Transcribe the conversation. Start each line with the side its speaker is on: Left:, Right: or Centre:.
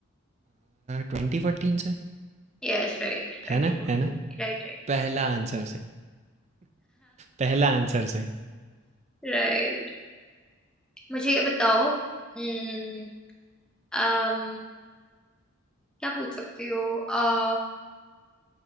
Right: ट्वेंटी फोर्टीन से
Centre: Yes right twenty
Right: है ना
Centre: fourteen
Right: है ना
Centre: Right right
Right: पहला आंसर से पहला आंसर से
Centre: right <laughs> मुझे ये बताओ हम्म, अम, क्या पूछ सकते हो अ,